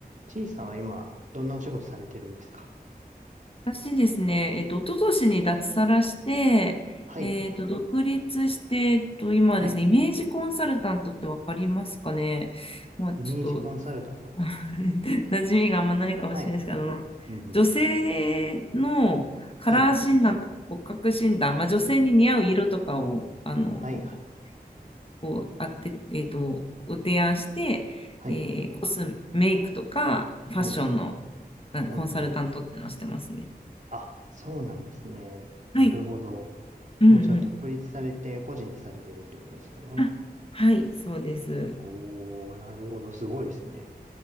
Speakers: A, on the right; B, on the left.
A: ちいさんは今、どんなお仕事されてるんですか
B: 私ですね、えっと、一昨年に脱サラして、
A: はい、
B: えっと、独立して、えっと、今はですね、
A: はい。
B: イメージコンサルタントってわかりますかね。まあ、
A: イメージコンサルタント。
B: ちょっと、<laughs> 馴染みがあんまないかもしれないですけど、
A: はい、
B: あの女性のカラー診断とか骨格診断、
A: うん、うん。はい、
B: まあ、女性に似合う色とかを、あの、
A: はい、はい、
B: こう、あって、えっと、ご提案して、
A: はい。
B: えーコスメイクとかファッションの
A: うん、
B: あコンサルタントってのをしてますね。
A: うん、うん。あ、そうなんですね。なるほど。
B: はい。うんうん。
A: もうじゃあ、独立されて、個人でされてるってことですよね。
B: あ、はい、そうです。
A: おー、なるほど。すごいですね。